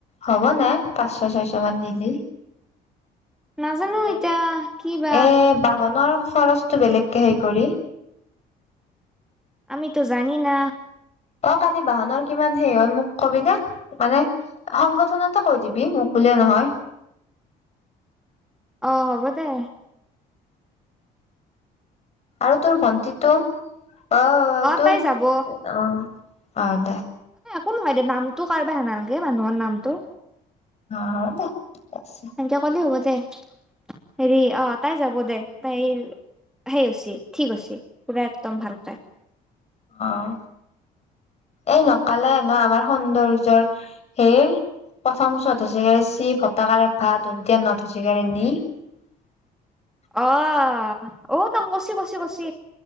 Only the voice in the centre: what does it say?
নাজানো
এতিয়া
কি বা
আমিতো জানি না
অহ হ'ব দে।
তাই যাব
কোন হয় এ দে নামটো কাৰোবাৰ হে নালগে মানুহৰ নামটো
সেনেকে কলে হ'ব দে হেৰি অ তাই যাব দে তাই সেই হৈছি ঠিক হৈছি পোৰা একদম ভাল পায়।
অহ ঔ তাক কছি কছি